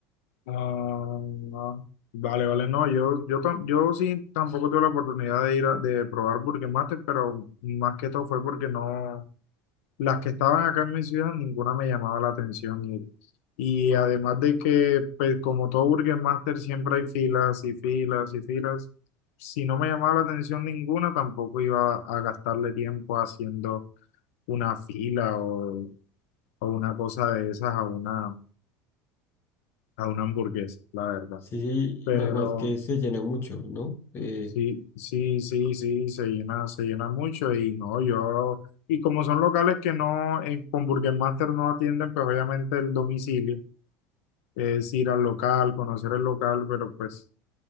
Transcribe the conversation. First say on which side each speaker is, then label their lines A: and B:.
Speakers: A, on the left; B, on the left.
A: Ah, no. vale, vale, no, yo, yo, tam- yo sí tampoco tuve la oportunidad de ir a, de probar Burger Master, pero más que todo fue porque no, las que estaban acá en mi ciudad, ninguna me llamaba la atención y, y además de que, pues como todo Burger Master, siempre hay filas y filas y filas, si no me llamaba la atención ninguna, tampoco iba a gastarle tiempo haciendo una fila o, o una cosa de esas a una, a una hamburguesa, la verdad.
B: Sí,
A: Pero
B: sí, ma- más que se llena mucho, ¿no? Eh,
A: Sí, sí, sí, sí, se llena, se llena mucho y no, yo, y como son locales que no, eh, con Burger Master no atienden, pues obviamente el domicilio, es ir al local, conocer el local, pero pues